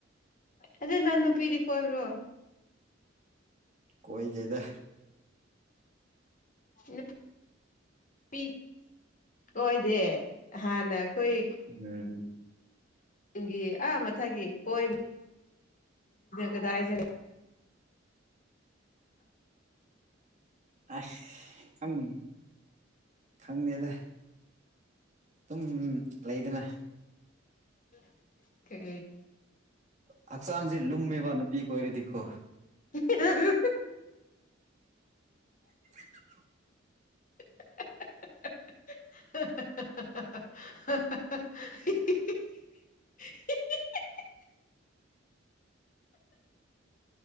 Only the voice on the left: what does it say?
ꯑꯗꯨꯗꯩ ꯅꯪ ꯅꯨꯄꯤꯗꯤ ꯀꯣꯏꯕ꯭ꯔꯣ
ꯍ ꯄꯤ ꯑꯣꯏꯗꯦ ꯍꯥꯟꯅ ꯑꯩꯈꯣꯏ
ꯆꯤꯡꯒꯤ ꯑꯥ ꯃꯊꯛꯒꯤ ꯀꯣꯏꯔꯤ ꯀꯗꯥꯏ ꯖꯔꯦ
<unintelligible> ꯀ
ꯎ
<inaudible> <inaudible>